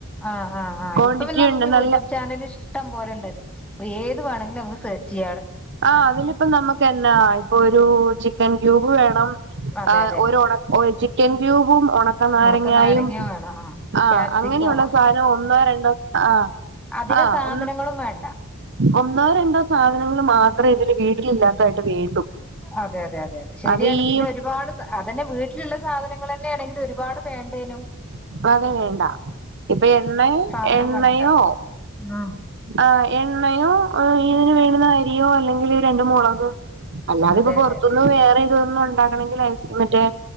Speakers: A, in the centre; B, on the right.
A: ആഹ് ആഹ് ആഹ്
B: ക്വാണ്ടിറ്റി
A: ഇപ്പൊ പിന്നെ നമുക്ക്
B: ഉണ്ട്
A: യൂട്യൂബ്
B: നല്ല
A: ചാനല് ഇഷ് ട്ടം പോലെണ്ടല്ലോ അപ്പ ഏത് വേണമെങ്കിലും നമുക്ക് സെർച്ച് ചെയ്യാ
B: ആഹ് അതിലിപ്പം നമുക്കെന്നാ ഇപ്പൊ ഒരു ചിക്കൻ ക്യൂബ് വേണം
A: അതെ
B: ആഹ്
A: അതെ
B: ഒരൊണ ചിക്കൻ ക്യൂബും ഒണ ക്ക നാരങ്ങായും
A: ഉണക്ക നാരങ്ങ വേണം ആ
B: ആഹ്
A: ക്യാപ്സിക്കോ
B: അങ്ങനെയുള്ള സാധനം ഒന്നോ രണ്ടോ ആഹ്
A: അധിക
B: ആഹ്
A: സാധനങ്ങളും വേണ്ട
B: ഒന്നോ രണ്ടോ സാധനങ്ങൾ മാത്രേ ഇതില് വീട്ടില് ഇല്ലാത്തയായിട്ട് വേണ്ടു
A: അതെ അതെ അതെ അതെ ശരിയാണ്
B: അത് ഈ
A: പിന്നെ ഒരുപാട് അതന്നെ വീട്ടിലുള്ള സാധനങ്ങൾ തന്നെയാണെങ്കിൽ ഒരുപാട് വേണ്ടേനു
B: പ്പത് വേണ്ട ഇപ്പൊ എണ്ണ
A: സാധനം
B: എണ്ണയോ
A: വേണ്ടല്ല ഉം
B: ആഹ് എണ്ണയോ ഓഹ് ഇതിന് വേണ്ടുന്ന അരിയോ അല്ലെങ്കിൽ രണ്ട് മുളക് അല്ലാതെ
A: അതെ
B: ഇപ്പൊ പൊറത്തുന്ന്
A: അതെ അതെ
B: വേറെ ഇതൊന്നും ഉണ്ടാക്കണെങ്കിൽ ഐസ് മറ്റേ